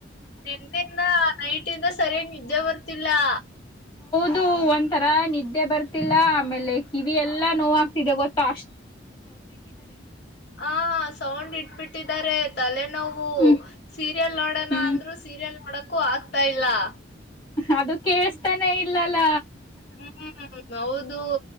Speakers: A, on the left (about 60°); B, on the left (about 25°).
A: ನೆನ್ನೆಯಿಂದಾ ನೈಟಿಂದ ಸರ್ಯಾಗ್ ನಿದ್ದೆ ಬರ್ತ್ ತ್ತಿಲ್ಲಾ.
B: ಅದು ಒಂಥರಾ ನಿದ್ದೆ ಬರ್ತಿಲ್ಲ ಆಮೇಲೆ ಕಿವಿ ಎಲ್ಲಾ ನೋವ್ ಆಗ್ತಿದೆ ಗೊತ್ತಾ ಅಷ್ಟ್
A: ಹ ಸೌಂಡ್ ಇಟ್ಬಿಟ್ಟ ತಲೆ. <inaudible> ನಾವು
B: ಹ್ಮ್
A: ಸೀರಿಯಲ್ ನೋಡೋಣ
B: ಹ್ಮ್
A: ಅಂದ್ರರು ಸೀರಿಲ್ ನೋಡಕ್ಕೂ, ಆಗ್ತಾ ಇಲ್ಲ. <inaudible>
B: ಅದು ಕೇಳ್ಸ್ತಾನೇ ಇಲ್ಲಲ್ಲ
A: ಹ್ಮ್ ಹೌದು